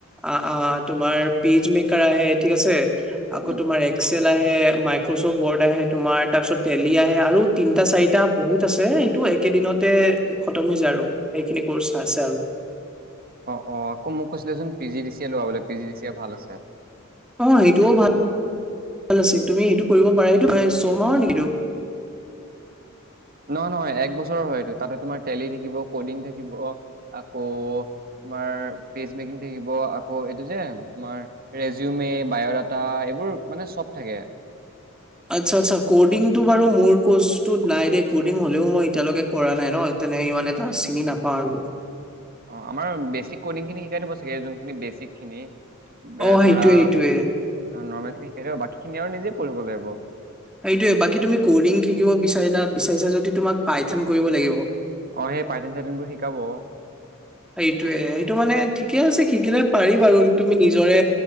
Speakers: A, in the centre; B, on the right.
A: আ আ তোমাৰ পেজ মেকাৰ আহে ঠিক আছে আকৌ
B: উম,
A: তোমাৰ এক্সেল আহে মাইক্ৰ'ছফ্ট ৱৰ্ড আহে তোমাৰ তাৰপিছত টেলি আহে আৰু তিনটা চাৰিটা বহুত আছে এইটো একেইদিনতে খতম হৈ যায় আৰু সেইখিনি কৰ্চ আছে আৰু
B: অ অ আকৌ মোক কৈছিলেচোন পি জি ডি চিয়ে লবা বোলে পি জি ডি চিয়ে ভাল আছে
A: অ সেইটোও ভাল ভাল আছিল তুমি সেইটো কৰিব পাৰা সেটো ছমাহৰ নেকি সেইটো
B: নহয় নহয় এক বছৰৰ হয় এটো তাতে তোমাৰ টেলি থাকিব কডিং থাকিব আকৌ তোমাৰ পেজ মেকিং থাকিব আকৌ এইটো যে তোমাৰ ৰেজিউমে বায়ডাটা এইবোৰ মানে চব থাকে
A: <unintelligible> আচ্ছা আচ্ছা ক'ডিংটো বাৰু মোৰ কৰ্চটোত নাই দেই ক'ডিং হ'লেও মই এতিয়ালৈকে কৰা নাই ন। তেনে ইমান এটা চিনি নাপাওঁ আৰু।
B: অ আমাৰ বেচিক কডিং খিনি শিকাই দিব চাগে যোনখিনি বেচিক খিনি। এ
A: অ সেইটোয়ে
B: ধৰা
A: সেইটোয়ে
B: নৰ্মেলি শিকাই দিব বাকী খিনি আৰু নিজে কৰিব লাগিব।
A: সেইটোৱে বাকী তুমি কডিং শিকিব বিচাৰা বিচাৰিছা যদি তোমাক পাইথান কৰিব লাগিব।
B: অ সেই পাইটিন চাইটিন বোৰ শিকাব।
A: এইটোৱে সেইটো মানে ঠিকে আছে শিকিলে পাৰিম আৰু। তুমি নিজৰে